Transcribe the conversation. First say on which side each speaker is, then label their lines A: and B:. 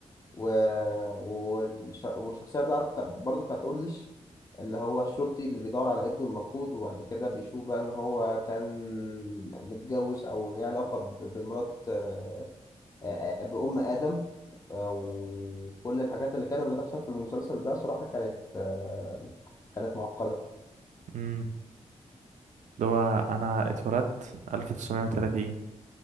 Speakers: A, on the left; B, on the right.
A: و... والش... والشخصية بتاعته بتاع... برضه بتاعت أورليش اللي هو الشرطي اللي بيدور على ابنه المفقود وبعد كده بيشوف بقى إن هو كان متجوز أو ليه علاقة ب... بمرات آه، آه، آه، بأم آدم آه، وكل الحاجات اللي كانت بتحصل في المسلسل ده صراحة كانت آه، كانت معقدة
B: امم اللي هو انا اتولدت 1930